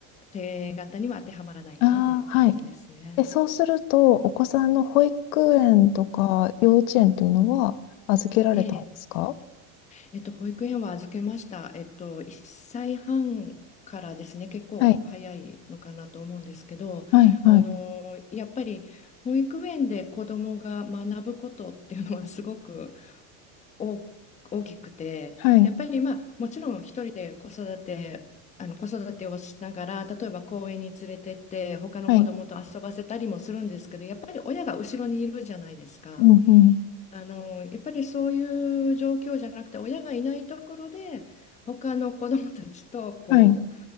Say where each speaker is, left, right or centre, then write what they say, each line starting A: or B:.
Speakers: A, on the left; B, on the left.
A: 定型には当てはまらないかなという感じですね。
B: ああ、はい。で、そうすると、お子さんの保育園とか幼稚園というのは預けられたんですか
A: えええっと、保育園は預けました。えっと、1歳半からですね、結構早いのかなと思うんですけど、
B: はい、はい、
A: あの、
B: はい、
A: やっぱり保育園で子どもが学ぶことっていうのはすごく大、大きくて、
B: はい、
A: やっぱりまあ、もちろん一人で子育て、あの子育てをしながら、例えば公園に連れてって、他の子どもと遊ばせたりもするんですけど、
B: はい、
A: やっぱり親が後ろにいるじゃないですか。
B: うん、うん、
A: あの、やっぱりそういう状況じゃなくて、親がいないところで、他の子どもたちとこう
B: はい、